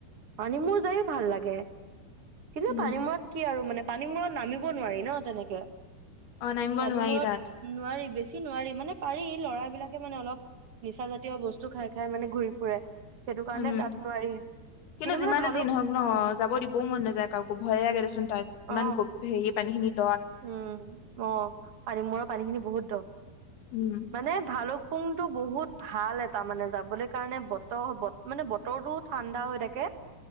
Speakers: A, on the right; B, on the left.
A: পানী মূৰ যায়ো ভাল লাগে। কিন্তু,
B: উম
A: পানী মূৰত কি আৰু মানে পানী মূৰত নামিব নোৱাৰি ন' তেনেকে।
B: অ' নামিব
A: পানীমূৰত
B: নোৱাৰি তাত।
A: নোৱাৰি, বেছি নোৱাৰি। মানে, পাৰি ল'ৰাবিলাকে মানে, অলপ নিচা জাতীয় বস্তু খাই খাই মানে ঘূৰি ফুৰে। সেইটো কাৰণে
B: উম!
A: তাত নোৱাৰি
B: কিন্তু, যিমানে
A: মানে ভালো
B: যি নহওক ন'
A: উম
B: যাব দিবও মন নাযায় কাকো ভয়ে লাগে দেছো তাত ইমান
A: অ
B: <unintelligible> হেৰি পানী খিনিত।
A: উম! অ' পানী মূৰৰ পানী খিনি বহুত দ'।
B: উম
A: মানে, ভালো। পুংটো বহুত ভাল এটা মানে, যাবলৈ কাৰণে, বতৰ, মানে, বতৰটোও ঠাণ্ডা হৈ থাকে।